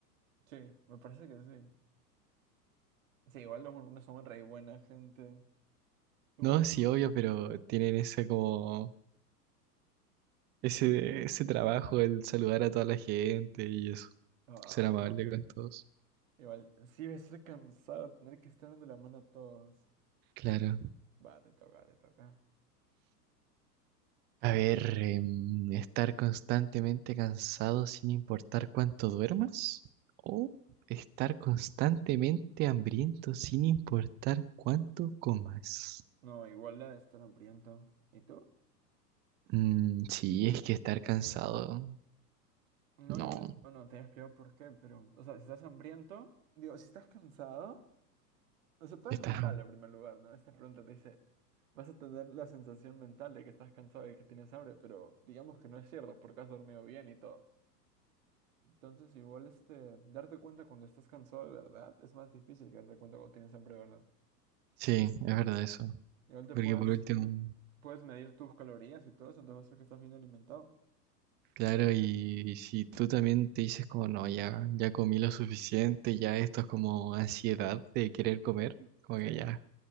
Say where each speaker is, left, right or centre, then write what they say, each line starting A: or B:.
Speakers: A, on the right; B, on the right.
A: Sí, me parece que sí. Sí, igual los mormones son re buena gente. Tú,
B: No,
A: lo-
B: sí, obvio, pero tienen ese como ese ese trabajo el saludar a toda la gente y eso,
A: Ah.
B: ser amable con todos.
A: Igual, sí va a ser cansado tener que estar dando la mano a todos.
B: Claro.
A: Va, te toca, te toca.
B: A ver, em, estar constantemente cansado sin importar cuánto duermas o estar constantemente hambriento sin importar cuánto comas.
A: No, igual la de estar hambriento. ¿Y tú?
B: Mm, sí, es que estar cansado,
A: No,
B: no,
A: igual, o no, te he explicado por qué, pero, o sea, si estás hambriento, digo, si estás cansado, o sea, todo
B: estás...
A: es mental en primer lugar, ¿no? Esta pregunta te dice, vas a tener la sensación mental de que estás cansado y que tienes hambre, pero digamos que no es cierto porque has dormido bien y todo. Entonces, igual, este, darte cuenta cuando estás cansado de verdad es más difícil que darte cuenta cuando tienes hambre de verdad.
B: Sí, es verdad eso.
A: Igual te
B: Porque
A: puedes
B: por último,
A: Puedes medir tus calorías y todo eso, te va a hacer que estás bien alimentado.
B: claro, y, si tú también te dices como, no, ya, ya comí lo suficiente, ya esto es como ansiedad de querer comer, como
A: Sí,
B: que ya